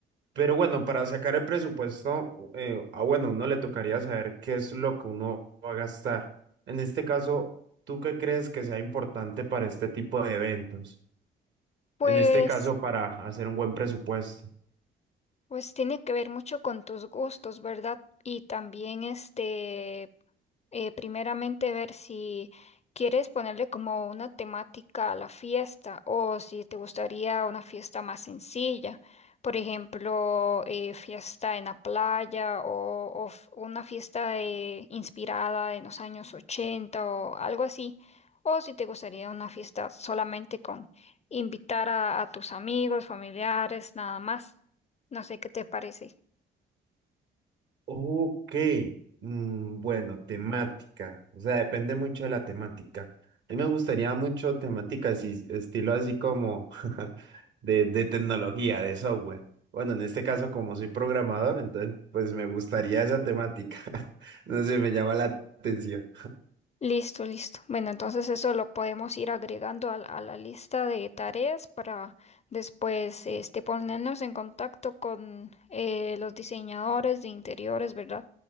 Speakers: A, on the right (about 65°); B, on the left (about 35°).
A: Pero bueno, para sacar el presupuesto, eh, ah, bueno, uno le tocaría saber qué es lo que uno va a gastar. En este caso, ¿tú qué crees que sea importante para este tipo de eventos?
B: Pues
A: En este caso, para hacer un buen presupuesto.
B: Pues tiene que ver mucho con tus gustos, ¿verdad? Y también este, eh, primeramente ver si quieres ponerle como una temática a la fiesta o si te gustaría una fiesta más sencilla, por ejemplo, eh, fiesta en la playa o, o f- una fiesta de- inspirada en los años 80 o algo así, o si te gustaría una fiesta solamente con invitar a, a tus amigos, familiares, nada más. No sé qué te parece.
A: Ok, mm, bueno, temática, o sea, depende mucho de la temática. A mí me gustaría mucho temáticas y estilo así como <laughs> de, de tecnología, de software. Bueno, en este caso, como soy programador, entonces pues me gustaría esa temática. <laughs> No sé, me llama la atención.
B: Listo, listo. Bueno, entonces eso lo podemos ir agregando a, la a la lista de tareas para después este, ponernos en contacto con eh, los diseñadores de interiores, ¿verdad?